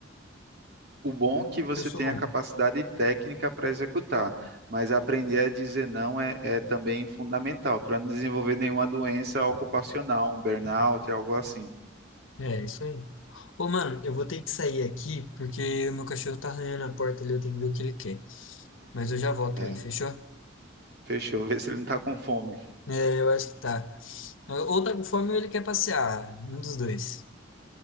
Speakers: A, on the right (about 55°); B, on the left (about 80°).
A: O bom é que
B: Porque
A: você
B: eu sou
A: tem
B: bom.
A: a capacidade técnica para executar, mas aprender a dizer não é, é também fundamental para não desenvolver nenhuma doença ocupacional, um burnout, algo assim.
B: É, isso aí. Ô, mano, eu vou ter que sair aqui porque o meu cachorro tá arranhando a porta ali, eu tenho que ver o que ele quer. Mas eu já volto
A: É,
B: aí, fechou?
A: fechou. <laughs> Vê se ele não está com fome.
B: É, eu acho que tá. Ou tá com fome ou ele quer passear. Um dos dois.